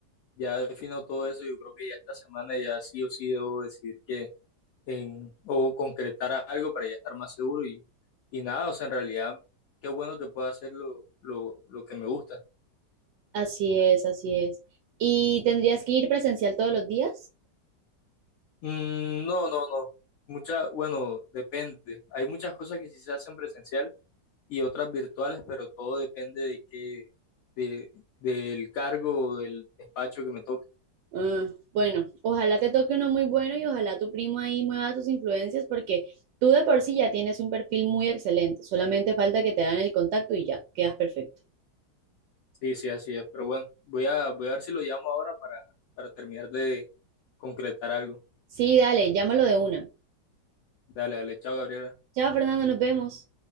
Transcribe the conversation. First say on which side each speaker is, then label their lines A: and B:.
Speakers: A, on the left; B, on the right.
A: ya defino todo eso, yo creo que ya esta semana ya sí o sí debo decir que en, o concretar algo para ya estar más seguro y, y nada, o sea, en realidad qué bueno que pueda hacer lo, lo, lo que me gusta.
B: Así es, así es. ¿Y tendrías que ir presencial todos los días?
A: Mm, no, no, no, muchas, bueno, depende, hay muchas cosas que sí se hacen presencial y otras virtuales, pero todo depende de qué, de, del cargo o del despacho que me toque.
B: Ah, bueno, ojalá te toque uno muy bueno y ojalá tu primo ahí mueva tus influencias porque tú de por sí ya tienes un perfil muy excelente, solamente falta que te hagan el contacto y ya, quedas perfecto.
A: Sí, sí, así es. Pero bueno, voy a, voy a ver si lo llamo ahora para, para terminar de concretar algo.
B: Sí, dale, llámalo de una.
A: Dale, dale, chao, Gabriel.
B: Chao, Fernando, nos vemos.